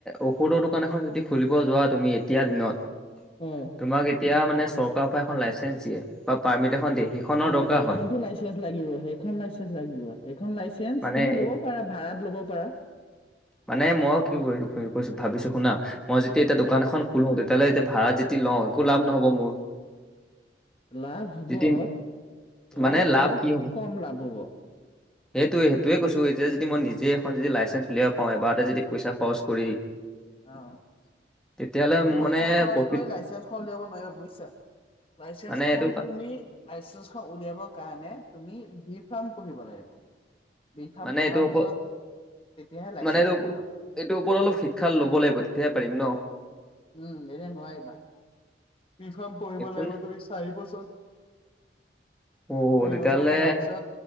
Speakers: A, in the centre; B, on the left.
A: ঔষধৰ দোকান এখন যদি খুলিব যোৱা তুমি এতিয়া দিনত
B: অ
A: তোমাক এতিয়া মানে চৰকাৰৰ পৰা এখন লাইচেঞ্চ দিয়ে বা পাৰ্মিট এখন দিয়ে সেইখনৰ
B: অ'
A: দৰকাৰ
B: সেইখনতো
A: হয়
B: লাইচেঞ্চ লাগিব সেইখন লাইচে- চেঞ্চ লাগিব সেইখন লাইচেঞ্চ
A: মানে
B: তুমি ল'ব পাৰা। ভাড়াত লব পাৰা।
A: মানে মই কি কৈছো ভাবিছো শুনা, মই যেতিয়া এতিয়া
B: শুনা
A: দোকান এখন খোলো। তেতিয়া হ'লে এতিয়া ভাড়া যেতি লওঁ একো লাভ নহ'ব মোৰ।
B: লাভ
A: যদি
B: ধুধৰ ধৰ
A: মানে লাভ
B: অলপ
A: কি হ'ব
B: কম লাভ হ'ব।
A: সেইটোৱে সেইটোৱে কৈছোঁ। এতিয়া যদি মই নিজে এখন যদি লাইচেঞ্চ উলিয়াব পাওঁ। এবাৰতে যদি পইচা খৰচ কৰি
B: অ'
A: তেতিয়াহ'লে
B: পইচা
A: মানে
B: খৰচ
A: প্ৰফিট
B: কৰি লাইচেঞ্চখন উলিয়াব নোৱাৰিবা বুজিছা। লাইচেঞ্চখন
A: মানে এইটো
B: তুমি লাইচেঞ্চ উলিয়াব কাৰণে তুমি বি- ফাম পঢ়িব লাগিব। বিফাৰ্ম
A: মানে
B: পঢ়াৰ
A: এইটো ওপ
B: পিছত। তেতিয়াহে লাইচেন্সখন
A: মানে এইটো
B: ওলাব।
A: এইটোৰ ওপৰত অলপ শিক্ষা ল'ব লাগিব। তেতিয়াহে পাৰিম ন।
B: উম এনে নোৱাৰিবা। বিফাৰ্ম পঢ়িব
A: একো
B: লাগিব।
A: ন
B: তুমি চাৰি বছৰ
A: অ
B: চাৰি
A: তেতিয়াহ'লে
B: বছৰ পঢ়াৰ পিছত